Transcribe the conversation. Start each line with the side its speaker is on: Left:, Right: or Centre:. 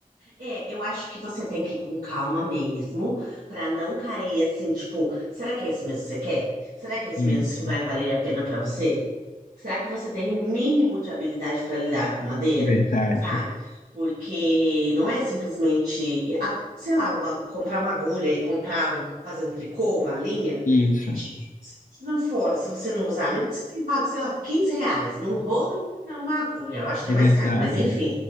Right: É, eu acho que você tem que ir com calma mesmo, pra não cair assim, tipo, será que é isso mesmo que você quer? Será que é isso
Left: Isso,
Right: mesmo que vai valer a pena pra você? Será que você tem um mínimo de habilidade para lidar com madeira?
Left: verdade.
Right: Sabe? Porque não é simplesmente, eh, a- sei lá, uma- comprar uma agulha e comprar um, fazer um tricô, uma linha.
Left: Isso,
Right: É dinheiro
Left: é
Right: que você tá jogando fora se você não usar. Mesmo que você tenha pago, sei lá, 15 reais num rolo e uma agulha. Eu acho que
Left: verdade.
Right: é mais caro, mas enfim.